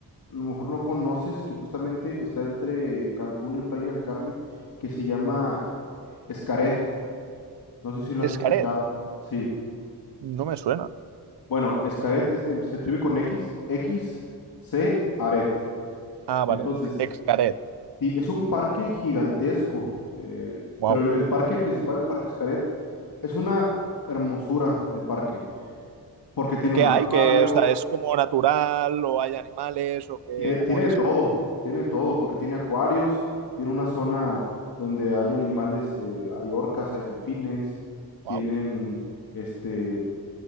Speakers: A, on the left; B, on the right.
A: a lo mejor no conoces, que justamente está entre Cancún y Playa del Carmen, que se llama Escaret. No sé si lo has
B: Escaret,
A: escuchado. Sí.
B: no me suena.
A: Bueno, Xcaret es- em, se escribe con X, X, C, Aret.
B: Ah, vale.
A: Entonces,
B: Excaret.
A: sí, es un parque gigantesco, eh,
B: Wow.
A: pero el, el parque principal, el parque Xcaret, es una hermosura de parque, porque tiene
B: ¿Y qué
A: un acuario,
B: hay? Que, o sea, ¿es como natural o hay animales o qué,
A: tie-
B: cómo
A: tiene,
B: es?
A: de todo, tiene de todo, porque tiene acuarios, tiene una zona donde hay animales, eh, hay orcas, hay delfines, tienen
B: Wow.
A: este,